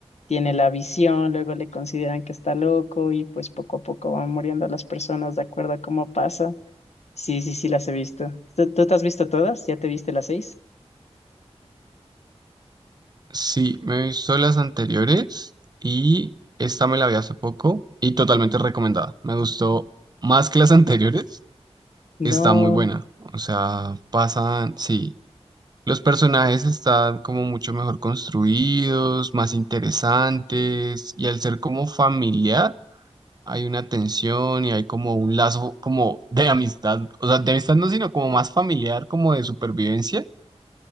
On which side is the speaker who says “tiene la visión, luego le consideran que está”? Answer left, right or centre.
Left